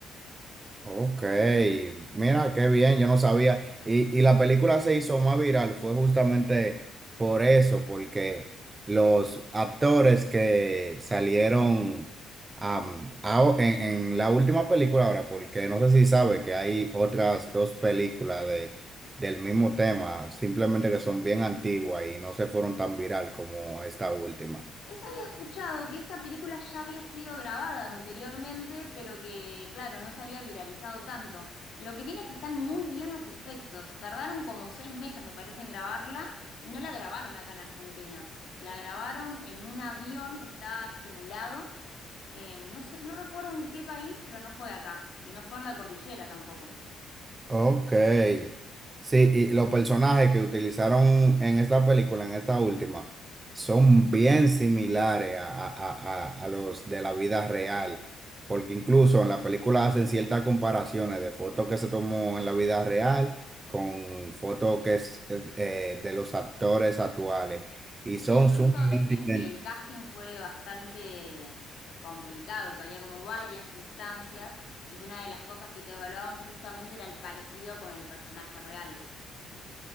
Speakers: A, on the right; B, on the left.
A: Ok, mira qué bien, yo no sabía. Y, y la película se hizo más viral, fue justamente por eso, porque los actores que salieron am, ao- en, en la última película ahora, porque no sé si sabe que hay otras dos películas de, del mismo tema, simplemente que son bien antiguas y no se fueron tan viral como esta última.
B: Eso había escuchado, que esta película ya había sido grabada anteriormente, pero que, claro, no se había viralizado tanto. Lo que tiene es que están muy bien los efectos. Tardaron como seis meses, me parece, en grabarla y no la grabaron acá en Argentina. La grabaron en un avión que está simulado. Eh, no sé, no recuerdo en qué país, pero no fue acá. Y no fue en la cordillera tampoco.
A: Ok. Sí, y los personajes que utilizaron en esta película, en esta última, son bien similares a, a- a- a- a los de la vida real, porque incluso en la película hacen ciertas comparaciones de fotos que se tomó en la vida real con fotos que es eh, eh, de los actores actuales, y son
B: Sí, incluso
A: sumamente
B: dicen
A: idénticos.
B: que el casting fue bastante complicado, que había como varias instancias y que una de las cosas que te evaluaban justamente era el parecido con el personaje real.